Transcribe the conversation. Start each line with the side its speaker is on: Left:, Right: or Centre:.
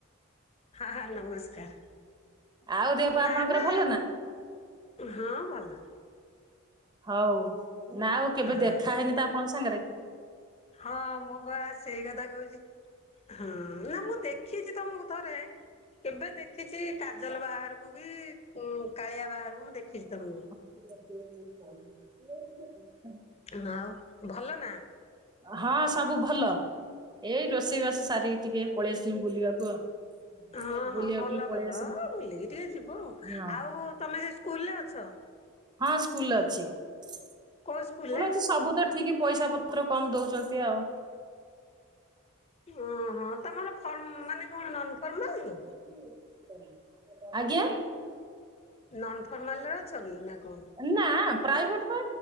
Left: ହଁ ହଁ- ନମସ୍କାର୍
Right: ଆଉ ଦେହ ପା ଆପଣଙ୍କର
Left: ନା -ନା।
Right: ଭଲ
Left: ହଁ ଭଲ।
Right: ହଉ ନା ଆଉ କେବେ
Left: ହଁ
Right: ଦେଖା ହେଇନି ତ ଆପଣଙ୍କ ସାଙ୍ଗେରେ।
Left: ହଁ ମୁଁ ପା ସେଇ କଥା କହୁଚି। ହଁ -ନା ମୁଁ ଦେଖିଚି ତମକୁ ଥରେ କେବେ ଦେଖ୍ ଦେଖିଚି କାଜଲ ବାହାଘରକୁ କି କୁ-କାଳିଆ ବାହାଘରକୁ ମୁଁ ଦେଖିଚି ତମକୁ।
Right: <inaudible>
Left: ହଁ- ଆଉ ଭଲ ନା?
Right: ହଁ ସବୁ ଭଲ। ଏଇ ରୋଷେଇବାସ ସାରିକି ଟିକେ ପଳେଇ ଆସିଚି ବୁଲିବାକୁ ଆଉ।
Left: ହଁ
Right: ବୁଲିବାକୁ
Left: -ହଁ ଭଲ
Right: ଟିକେ ପଳେଇ
Left: କଲ
Right: ଆସିଲି
Left: ଓ ବୁଲିକି ଟିକେ ଯିବ।
Right: ହଁ
Left: ଆଉ ତମେ ହେ ସ୍କୁଲରେ ଅଛ?
Right: ହଁ ସ୍କୁଲରେ ଅଛି ସ୍କୁଲ୍
Left: କୋଉ ସ୍କୁଲରେ?
Right: ଅଛି ସବୁ ତ ଠିକ୍ ପଇସା ପତ୍ ପତ୍ର କମ୍ ଦଉଚନ୍ତି ଆଉ।
Left: ଓହୋ ତମର ଫର୍ମ ମାନେ କଣ ନନ୍ ଫର୍ମାଲ୍?
Right: <inaudible> ଆଜ୍ଞା।
Left: ନନ୍ ଫର୍ମାଲ୍ ରେ ଅଛ କି ନା କଣ?
Right: ଅ, ନା ପ୍ରାଇଭେଟ ପା